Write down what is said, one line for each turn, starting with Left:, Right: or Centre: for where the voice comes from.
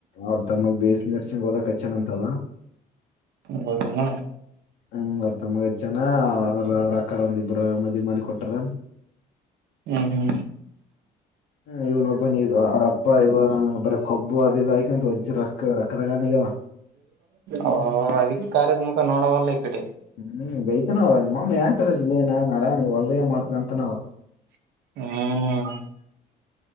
Left: ಅವ್ರ ತಮ್ಮ ಬಿ ಎಸ್ ನರ್ಸಿಂಗ್ ಓದಕ ಹಚ್ಚನ ಆವಾ
Right: ಹೌದನ.
Left: ಹ್ಮ ಅವರ್ ತಮ್ಮಗಚ್ಚನ ಅವ ಅವ್ರ ಅಕ್ಕ ಒಂದಿಬ್ಬರ ಮದ್ವಿ ಮಾಡಿ ಕೊಟಾರ.
Right: ಹ್ಮ ಹ್ಮ. <unintelligible> <unintelligible>
Left: ಹ್ಮ್ ಇವ್ನೊಬ್ಬನ್ ಈಗ ಅವ್ರ ಅಪ್ಪ ಇವ ಬರ ಕೊಬ್ಬು ಅದ ಇದ ಹಾಕಂತ ವಜ್ಜಿ ರೊಕ್ಕ ರೊಕ್ಕದಾಗನ ಈಗವ
Right: ಆ ಅದಕ್ಕೆ ಕಾಲೇಜ್ ಮುಖ ನೋಡವಲ್ಲ. ಕಡೆ
Left: ಹ್ಮ ಬೈತನಾವ ಮಾ ಯಾ ಕಾಲೇಜ್ ಲೇ ಇಲ್ಲಿ ನಾನ್ ಆರಾಮ ಹೊಲ್ದ ಮಾಡ್ತೇ ಅಂತನವ.
Right: ಹ್ಮ.